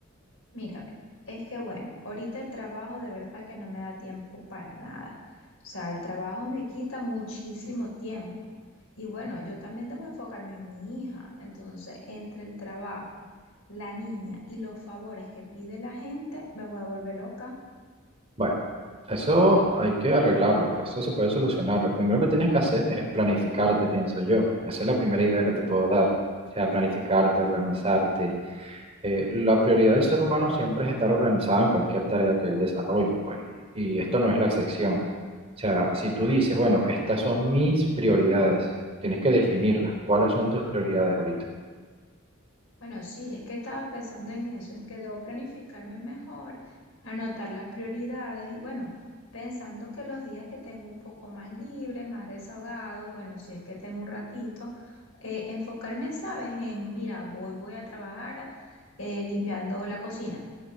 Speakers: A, on the left; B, on the right.
A: Mira, ve, es que bueno, ahorita el trabajo de verdad que no me da tiempo para nada. O sea, el trabajo me quita muchísimo tiempo. Y bueno, yo también debo enfocarme en mi hija. Entonces, entre el trabajo, la niña y los favores que pide la gente, me voy a volver loca.
B: Bueno, eso hay que arreglarlo, pues eso se puede solucionar. Lo primero que tienes que hacer es planificarte, pienso yo. Esa es la primera idea que te puedo dar. O sea, planificarte, organizarte. Eh, la prioridad del ser humano siempre es estar organizado en cualquier tarea que él desarrolle, pues, y, y esto no es la excepción. O sea, si tú dices, bueno, estas son mis prioridades, tienes que definirlas. ¿Cuáles son tus prioridades ahorita?
A: Bueno, sí, es que estaba pensando en eso, en que debo planificarme mejor, anotar las prioridades y bueno, pensando que los días que tengo un poco más libres, más desahogados, bueno, si es que tengo un ratito, eh, enfocarme, ¿sabes? En, mira, voy, voy a trabajar eh, limpiando la cocina